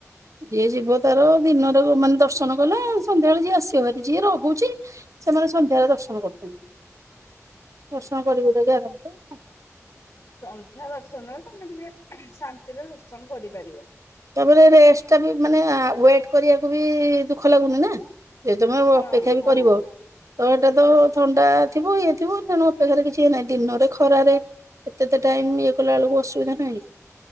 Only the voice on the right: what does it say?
ଯିଏ ଯିବ ତାର ଦିନରେ ମାନେ ଦର୍ଶନ କଲା ସଧ୍ୟାବେଳେ ଯିଏ ଆସିବ ଭାର ଯିଏ ରହୁ ଛି ସେମାନେ ସନ୍ଧ୍ୟାରେ ଦର୍ଶନ କରୁଛନ୍ତି ଦର୍ଶନ କରି କୁରାକି ଆରାମ୍ ସେ ଆସ
ତାପରେ ରେଷ୍ଟ ଟା ବି ମାନେ ୱେଟ୍ କରିବାକୁ ବି ଦୁଃଖ ଲାଗୁନି ନା? ଜଦି ତମେ
ଅପେକ୍ଷା ବି
କରିବ। ତଳଟା ତ ଥଣ୍ଡା ଥିବ ଇଏ ଥିବ ତେଣୁ ଅପେକ୍ଷାରେ କିଛି ଇଏ ନାହିଁ ଦିନରେ ଖରାରେ ଏତେ ତ ଟାଇମ୍ ଇଏ କଲା ବେଳକୁ ଅସୁବିଧା ନାହିଁ?